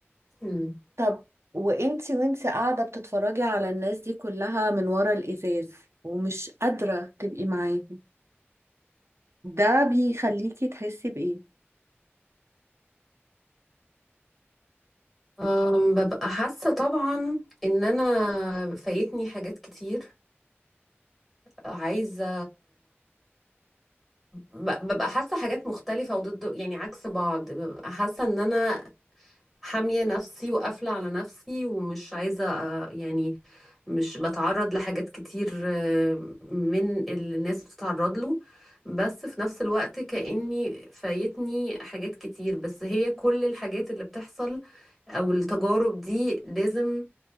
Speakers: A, in the centre; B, on the right.
A: مم.
B: طب وانتي وانتي قاعدة بتتفرجي على الناس دي كلها من ورا الإزاز ومش قادرة تبقي معاهم ده بيخليكي تحسي بإيه؟
A: أم، ببقى حاسة طبعا ان انا فايتني حاجات كتير عايزة ب- ببقى حاسة حاجات مختلفة وضد يعني عكس بعض ببقى حاسة ان انا حامية نفسي وقافلة على نفسي ومش عايزة آه، يعني مش بتعرض لحاجات كتير آه، من اللي الناس بتتعرض له بس في نفس الوقت كأني فايتني حاجات كتير بس هي كل الحاجات اللي بتحصل او التجارب دي لازم